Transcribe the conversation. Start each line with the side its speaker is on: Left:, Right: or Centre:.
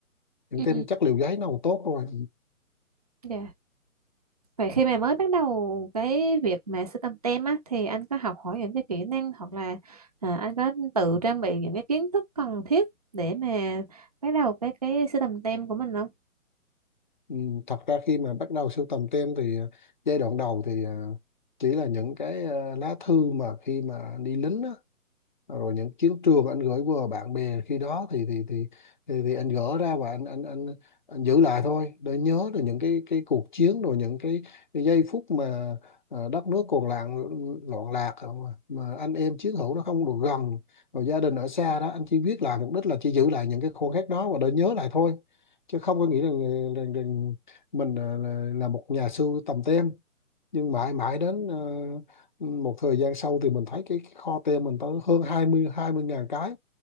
Left: những
Right: Ừ.
Left: tem chất liệu giấy nó còn tốt thôi
Right: Dạ. Vậy khi mà mới bắt đầu cái việc mà sưu tầm tem á, thì anh có học hỏi những cái kỹ năng hoặc là à, anh có tự trang bị những cái kiến thức cần thiết để mà bắt đầu cái cái sưu tầm tem của mình không?
Left: Ừ, thật ra khi mà bắt đầu sưu tầm tem thì ờ, giai đoạn đầu thì ờ, chỉ là những cái ờ, lá thư mà khi mà đi lính á, rồi những chiến trường anh gửi qua bạn bè khi đó thì thì thì thì, thì anh gỡ ra và anh anh anh anh giữ lại thôi để nhớ được những cái cái cuộc chiến rồi những cái, cái giây phút mà ờ, đất nước còn loạn loạn lạc à, mà, mà anh em chiến hữu nó không được gần rồi gia đình ở xa đó anh chỉ viết lại mục đích là chỉ giữ lại những cái khoảnh khắc đó và để nhớ lại thôi chứ không có nghĩ rằng, rằng, rằng mình là, là là một nhà sưu tầm tem nhưng mãi mãi đến ờ, một thời gian sau thì mình thấy cái, cái kho tem mình tới hơn hai mươi hai mươi ngàn cái